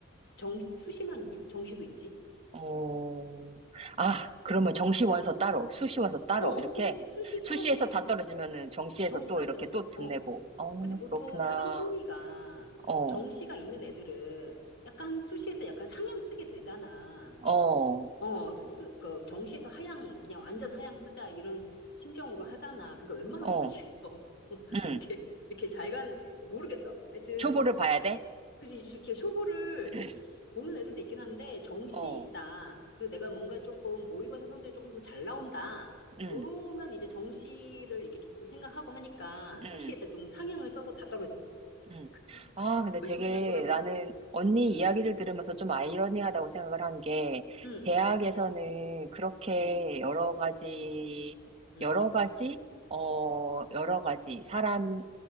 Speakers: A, on the left; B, on the right.
A: 정, 수시만 있냐? 정시도 있지?
B: 어, 아, 그러면 정시원서 따로, 수시원서 따로,
A: 어어,
B: 이렇게.
A: 그렇지. 수시
B: 수시에서
A: 떨어지면
B: 다 떨어지면은 정시에서
A: 정시
B: 또
A: 써야
B: 이렇게
A: 되는
B: 또
A: 거야.
B: 돈
A: 어.
B: 내고. 어,
A: 근데 보통
B: 그렇구나.
A: 사람 심리가
B: 어,
A: 정시가 있는 애들은 약간 수시에서 약간 상향 쓰게 되잖아.
B: 어,
A: 어, 수수, 그, 정시에서 하향, 그냥 완전 하향 쓰자, 이런 심정으로 하잖아. 그러니까 웬만하면
B: 어,
A: 수시에서, <laughs>
B: 음.
A: 이렇게, 이렇게 잘 가는, 모르겠어. 하여튼,
B: 초보를 봐야 돼?
A: 그지, 이렇게 쇼부를
B: <clears throat>
A: 보는 애들도 있긴 한데, 정시
B: 어,
A: 있다. 그리고 내가 뭔가 조금 모의고사 성적이 조금 더 잘 나온다.
B: 음,
A: 요러면 이제 정시를 이렇게 조금 생각하고 하니까,
B: 음,
A: 수시에다 좀 상향을 써서 다 떨어지지.
B: 음.
A: <laughs> 그
B: 아, 근데
A: 그 몇십만
B: 되게
A: 원 쏟아부어.
B: 나는 언니
A: 음,
B: 이야기를 들으면서 좀 아이러니하다고 생각을 한 게,
A: 음,
B: 대학에서는 그렇게
A: 음,
B: 여러 가지,
A: 음,
B: 여러 가지, 어, 여러 가지 사람,